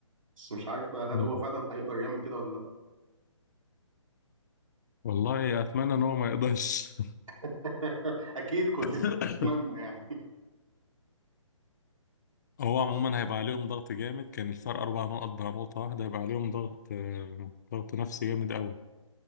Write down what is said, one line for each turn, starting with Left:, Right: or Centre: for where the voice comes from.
Right: بس مش عارف بقى هل
Left: مم.
Right: هو فعلا هيقدر يعمل كده ولا لأ
Left: والله أتمنى إن هو ما يقدرش
Right: <laughs> أكيد كلنا
Left: <laughs>
Right: نتمنى يعني
Left: هو عموما هيبقى عليهم ضغط جامد كان الفرق أربع نقط بقى نقطة واحدة هيبقى عليهم ضغط آه، ضغط نفسي جامد أوي